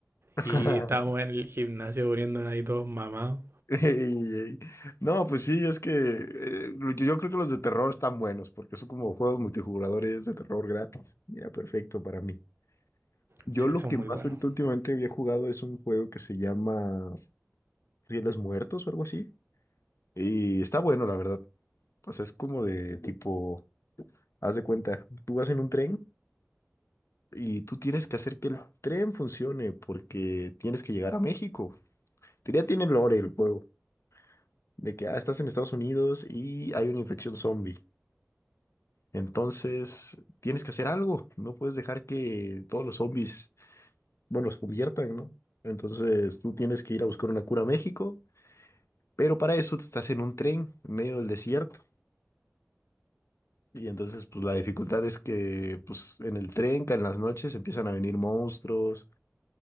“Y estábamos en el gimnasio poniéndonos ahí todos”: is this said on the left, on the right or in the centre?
Right